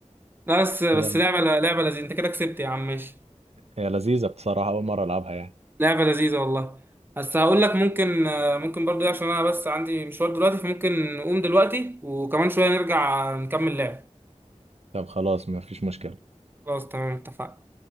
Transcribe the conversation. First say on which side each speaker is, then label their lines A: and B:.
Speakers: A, on the right; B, on the right.
A: لا بس بس
B: كده
A: لعبه لعبه لذيذه انت كده كسبت يا عم ماشي
B: هي لذيذة بصراحة اول مرة العبها يعني
A: لعبه لذيذه والله بس هقول لك ممكن آه، ممكن برضو إيه، عشان انا بس عندي مشوار دلوقتي فممكن نقوم دلوقتي وكمان شويه نرجع نكمل لعب
B: طب خلاص ما فيش مشكلة
A: خلاص تمام اتفقنا